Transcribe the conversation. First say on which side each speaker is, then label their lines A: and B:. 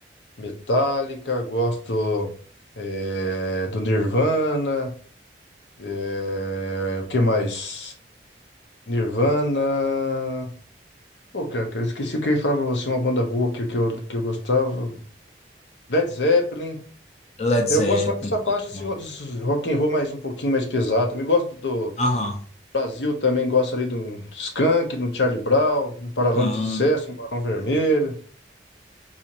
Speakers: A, on the left; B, on the left.
A: Metallica, gosto eh, do Nirvana. É, o que mais? Nirvana. Pô, cara, eu esqueci o que eu ia falar pra você. Uma banda boa que, que, eu, que eu gostava. Led Zeppelin.
B: Led Zeppelin.
A: Eu gosto mais dessa
B: pô,
A: faixa
B: legal.
A: desse, ro- desse rock and roll mais um pouquinho mais pesado. Também gosto do, do
B: Aham.
A: Brasil, também gosto ali do Skank, do Charlie Brown, no Paralama
B: Aham.
A: do Sucesso, no Barão Vermelho.